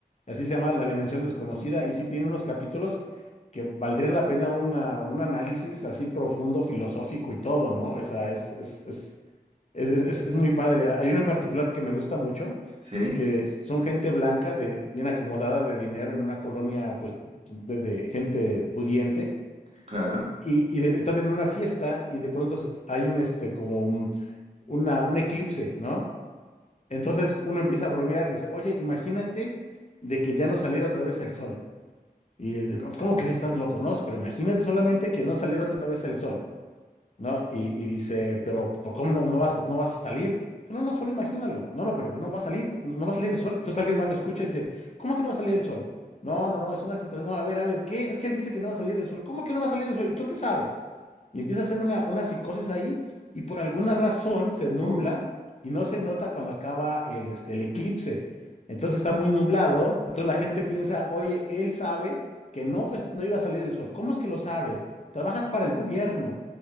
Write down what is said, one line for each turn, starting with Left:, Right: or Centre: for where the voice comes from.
Left: así se llama La Dimensión Desconocida, y sí tiene unos capítulos que valdrían la pena una, un análisis así profundo, filosófico y todo, ¿no? O sea, es, es, es, es, es- es- es muy padre. Hay uno en particular que me gusta mucho,
Right: sí,
Left: que son gente blanca, de, bien acomodada de dinero en una colonia, pues, de, de gente pudiente,
Right: claro.
Left: y, y de- están en una fiesta y de pronto s- hay un, este, como un una, un eclipse, ¿no? Entonces uno empieza a bromear, dice, oye, imagínate de que ya no saliera otra vez el sol. Y eh, de- ¿cómo, cómo crees? Estás loco, ¿no? Pero imagínate solamente que no saliera otra vez el sol. ¿no? Y, y dice, pero ¿por cómo no, no vas, no vas a salir? Dice, No, no, solo imagínalo. No, no, pero ¿por qué no va a salir? No no va a salir el sol. Entonces alguien más lo escucha y dice, ¿cómo que no va a salir el sol? No, no, no, es una situación. No, a ver, a ver, ¿qué? Es que él dice que no va a salir el sol. ¿Cómo que no va a salir el sol? ¿Y tú qué sabes? Y empieza a hacer una, una psicosis ahí y por alguna razón se nubla
Right: Uh,
Left: y no se nota cuando acaba el, este, el eclipse. Entonces está muy nublado. Entonces la gente piensa, oye, él sabe que no, es- no iba a salir el sol. ¿Cómo es que lo sabe? Trabajas para el gobierno.